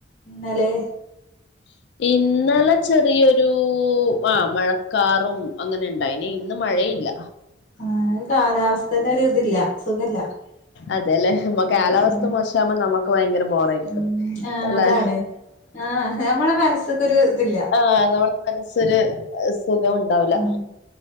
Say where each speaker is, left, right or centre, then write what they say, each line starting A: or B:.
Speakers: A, on the left; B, on the left.
A: ഇന്നലെ
B: <unintelligible> ഇന്നലെ ചെറിയൊരു ആഹ് മഴക്കാറും അങ്ങനെണ്ടായി നി. ഇന്ന് മഴ ല്ല
A: ആ കാലാവസ്ഥന്നെ ഒരു ഇതില്ല സുഖല്ല
B: അതെല്ലേ നമ്മ കാലാവസ്ഥ
A: ഉം
B: മോശാകുമ്പോ നമ്മുക്ക് ഭയങ്കര ബോറേരിക്കും
A: ഉം ആഹ്
B: അല്ലെ
A: അതാണ് ആഹ് നമ്മളെ മനസ്സ്ക്കൊരു ഇതില്ല
B: ആഹ് നമ്മളെ മനസ്സ് ഒരു സുഖം ഉണ്ടാവൂല
A: ഉം